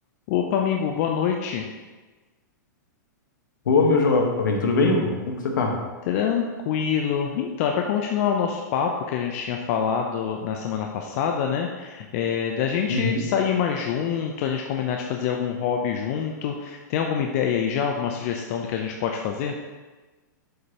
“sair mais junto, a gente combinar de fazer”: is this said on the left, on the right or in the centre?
Left